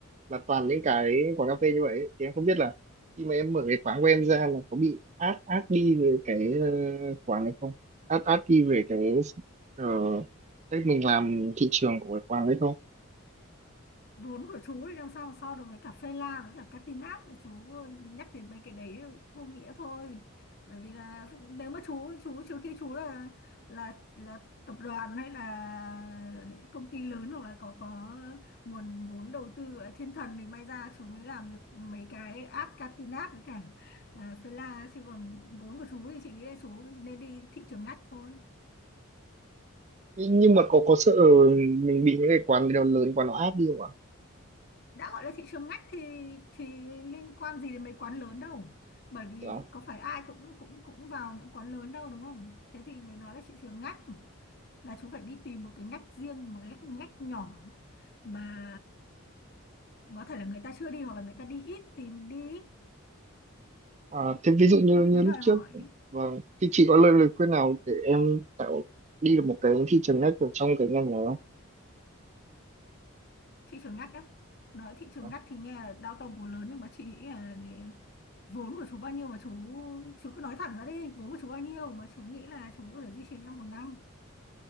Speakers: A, on the right; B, on the left.
A: là toàn những cái quán cà phê như vậy ấy. thì em không biết là khi mà em mở cái quán của em ra là có bị át át đi về cái ờ, quán này không át át đi về cái ờ, cách mình làm thị trường của cái quán đấy không
B: vốn của chú thì làm sao mà so được với cả phê la với cả Catinat của chú nhắc đến mấy cái đấy vô nghĩa thôi bởi vì là nếu mà chú chú trừ khi chú là là là tập đoàn hay là công ty lớn hoặc là có có nguồn vốn đầu tư ở thiên thần thì may ra chú mới làm được mấy cái app Catinat với cả uh, phê la chứ còn vốn của chú thì chị nghĩ là chú nên đi thị trường ngách thôi
A: Nh- nhưng mà có có sợ mình bị những cái quán nào lớn quán nó áp đi không ạ
B: đã gọi là thị trường ngách thì thì liên quan gì đến mấy quán lớn đâu bởi vì
A: Kiểu,
B: có phải ai cũng cũng cũng vào những quán lớn đâu đúng không thế thì mới nói là thị trường ngách là chú phải đi tìm một cái ngách riêng một cái ngách, ngách nhỏ mà có thể là người ta chưa đi hoặc là người ta đi ít thì mình đi
A: à, thế ví dụ như
B: thế thì
A: như
B: mới
A: lúc
B: đòi
A: trước
B: hỏi
A: vâng thì chị có lời lời khuyên nào để em tạo đi được một cái thị trường ngách ở trong cái ngành này không
B: thị trường ngách á nói thị trường
A: Dạ.
B: ngách thì nghe là đau to bù lớn nhưng mà chị nghĩ là vốn của chú bao nhiêu mà chú chú cứ nói thẳng ra đi vốn của chú bao nhiêu mà chú nghĩ là chú có thể duy trì trong một năm